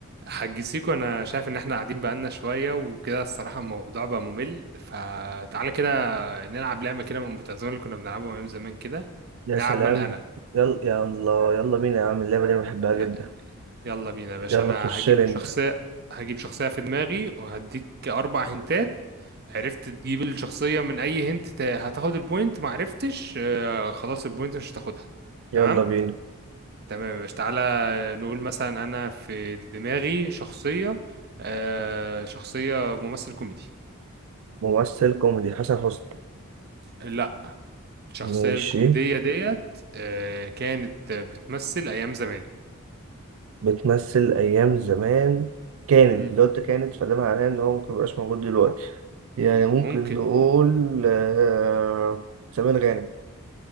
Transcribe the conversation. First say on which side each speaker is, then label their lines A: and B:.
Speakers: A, on the right; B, on the right.
A: حاج سيكو انا شايف ان احنا قاعدين بقالنا شويه وكده الصراحه الموضوع بقى ممل فتعالى كده نلعب لعبه كده من المتعزمه اللي كنا بنلعبها من زمان كده
B: يا
A: نلعب
B: سلام
A: من انا
B: يلا يا الله يلا بينا يا عم اللعبة دي أنا بحبها
A: ي-
B: جدا
A: يلا بينا يا باشا
B: يلا
A: انا
B: خش
A: هجيب
B: لي انت
A: شخصيه هجيب شخصيه في دماغي وهديك اربع هنتات عرفت تجيب الشخصيه من اي هنت ت- هتاخد البوينت ما عرفتش آه، خلاص البوينت مش هتاخدها
B: يلا
A: تمام
B: بينا
A: تمام يا باشا تعالى نقول مثلا انا في دماغي شخصيه آه، شخصيه ممثل كوميدي
B: ممثل كوميدي حسن حسني
A: لا الشخصية
B: ماشي
A: الكوميدية ديت آه، كانت بتمثل أيام زمان
B: بتمثل أيام زمان كانت
A: مم.
B: لو قلت كانت فده معناه إن هو ممكن ميبقاش موجود دلوقتي يعني ممكن
A: ممكن
B: نقول آه، سمير غانم